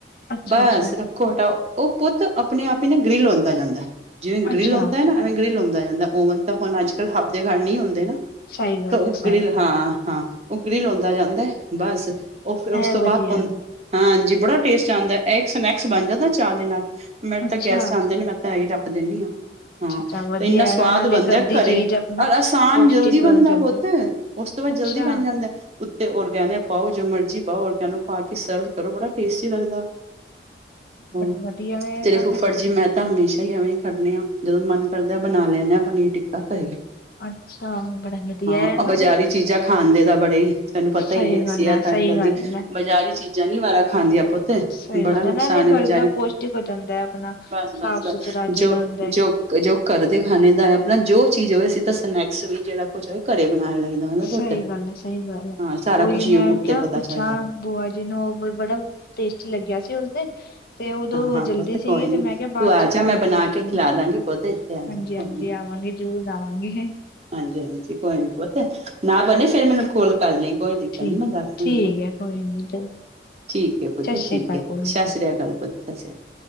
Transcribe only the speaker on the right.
ਬਸ
ਰੱਖੋ ਹਟਾਓ, ਉਹ ਪੁੱਤ, ਆਪਣੇ ਆਪ ਹੀ ਨਾ ਗ੍ਰਿਲ ਹੋਂਦਾ ਜਾਂਦਾ ਜਿਵੇਂ ਗ੍ਰਿਲ
ਹੋਂਦਾ ਨਾ ਏਵੇਂ ਗ੍ਰਿਲ ਹੋਂਦਾ ਜਾਂਦਾ, ਓਵਨ ਤਾਂ ਹੁਣ ਅੱਜ ਕੱਲ ਹਬ ਦੇ ਘਰ ਨਹੀਂ ਹੁੰਦੇ ਨਾ।
ਤਾਂ ਉਹ
ਗਿ੍ਲ, ਹਾਂ ਹਾਂ ਉਹ ਗਿ੍ਲ ਹੋਂਦਾ ਜਾਂਦਾ ਬਸ ਉਹ ਫਿਰ, ਉਸ
ਤੋਂ
ਬਾਅਦ ਭੁਨ
ਹਾਂਜੀ ਬੜਾ ਟੇਸਟ ਆਉਂਦਾ ਇਹ ਇੱਕ ਸਨੈਕਸ ਬਣ ਜਾਂਦਾ ਚਾਹ ਦੇ ਨਾਲ ਮੇਰੇ
ਤਾਂ ਗੈਸਟ ਆਉਂਦੇ ਨੇ ਮੈਂ ਇਹੀ ਹੀ ਰੱਖ ਦੇਨੀ ਆ ਹਾਂ
ਤੇ ਇੰਨਾ ਸਵਾਦ
ਬਣਦਾ
ਘਰੇ
ਪਰ ਆਸਾਨ
ਜਲਦੀ
ਬਣਦਾ
ਪੁੱਤ ਉਸ ਤੋਂ ਬਾਅਦ
ਜਲਦੀ ਬਣ ਜਾਂਦਾ ਉੱਤੇ ਔਰਗੈਨਿਕ ਪਾਓ ਜੋ ਮਰਜ਼ੀ ਪਾਓ ਔਰਗੈਨਿਕ ਪਾ ਕੇ ਸਰਵ ਕਰੋ ਬੜਾ ਟੇਸਟੀ ਲੱਗਦਾ ਹ
ਤੇਰੇ
ਫੁੱਫੜ
ਜੀ ਮੈਂ ਤਾਂ ਹਮੇਸ਼ਾ ਹੀ ਐਵੇਂ ਹੀ ਕਰਨੇ ਆ ਜਦੋਂ ਮਨ ਕਰਦਾ ਬਣਾ ਲੈਂਦੇ ਹਾਂ ਪਨੀਰ ਟਿੱਕਾ ਘਰੇ
ਹਾਂ
ਉਹ
ਬਾਜ਼ਾਰੀ
ਚੀਜ਼ਾਂ ਖਾਣ ਦੇ ਤਾਂ ਬੜੇ ਹੀ ਤੈਨੂੰ ਪਤਾ
ਪਤਾ ਹੀ ਹੈ
ਸਿਹਤ
ਅੱਜ ਕੱਲ
ਦੀ
ਬਾਜ਼ਾਰੀ ਚੀਜ਼ਾਂ ਨੀ ਵਾਰਾ ਖਾਂਦੀਆਂ ਪੁੱਤ
ਬੜਾ
ਨੁਕਸਾਨ
ਏ ਬਜ਼ਾਰੀ
ਬਸ
ਬਸ
ਜੋ
ਜੋ ਜੋ ਘਰ ਦੇ ਖਾਣੇ ਦਾ ਆਪਣਾ ਜੋ ਚੀਜ਼ ਹੋਵੇ ਸੀ ਤਾਂ ਸਨੈਕਸ ਵੀ ਜਿਹੜਾ ਕੁਛ ਹੋਏ ਘਰੇ ਬਣਾ ਲੈਂਈਦਾ ਉਹਦਾ ਪੁੱਤ
ਹਾਂ ਸਾਰਾ
ਕੁਛ ਯੂਟਿਊਬ
ਤੇ ਪਤਾ
ਚੱਲ ਜਾਂਦਾ
ਹਾਂ ਹਾਂ
ਪੁੱਤ
ਕੋਈ
ਨੀ
ਤੂੰ ਆ
ਜਾ
ਮੈਂ ਬਣਾ
ਕੇ ਖਿਲਾ ਦਾਂਗੀ ਪੁੱਤ ਇੱਥੇ ਆ
ਜਾ ਕੋਈ
ਨੀ
ਹਾਂਜੀ ਹਾਂਜੀ ਕੋਈ ਨੀ ਪੁੱਤ ਨਾ ਬਣੇ ਫਿਰ ਮੈਨੂੰ ਕੋਲ ਕਰ ਲਈ ਕੋਈ ਨੀ ਕਹਿੰਦੀ
ਦੱਸ ਤੋਂ
ਲੇਬਰ
ਠੀਕ ਐ ਪੁੱਤ
ਠੀਕ
ਐ
ਸਤਿ ਸ੍ਰੀ ਅਕਾਲ ਪੁੱਤ <unintelligible>